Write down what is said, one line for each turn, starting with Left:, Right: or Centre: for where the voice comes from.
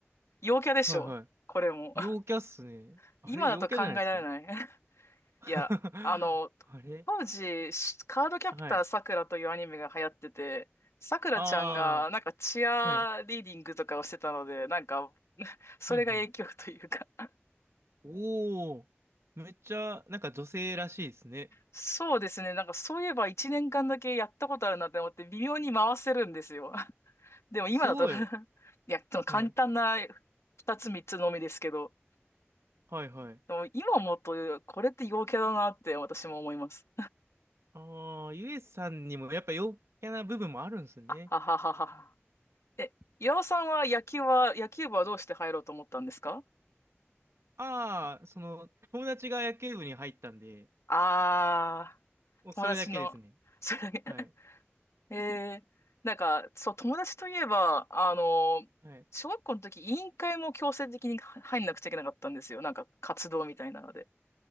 Left: 陽キャでしょこれも。
Right: はい。はい。
Left: <laughs>
Right: 陽キャっすね。あれ陽キャじゃないですか
Left: 今だと考えられない。
Right: <laughs>
Left: いや、あの、
Right: あれ
Left: 当時、しカードキャプターさくらというアニメが流行ってて、
Right: はい。
Left: さくらちゃんがなんかチアリーディングとかをしてたので、
Right: ああ、はい。
Left: なんかそれが影響というか
Right: うんうん。おー。めっちゃ、なんか女性らしいですね。
Left: そうですね、なんかそういえば1年間だけやったことあるなって思って微妙に回せるんですよ。<laughs> でも今だと
Right: すごい。
Left: <laughs> いや、その簡単な2つ3つのみですけど、
Right: はい。はいはい。
Left: でも今思うとこれって陽キャだなって私も思います。
Right: ああ、ゆえさんにもやっぱ陽キャな部分もあるんですね。
Left: あはははは。え、岩尾さんは野球は、野球部はどうして入ろうと思ったんですか
Right: ああ、その、友達が野球部に入ったんで、
Left: ああ
Right: もうそれだけですね。
Left: ー、友達の、それだけ。<laughs>
Right: はい。
Left: えー、なんか、そう、友達といえば、あの、
Right: はい。
Left: 小学校の時、委員会も強制的に入んなくちゃいけなかったんですよ。なんか、活動みたいなので。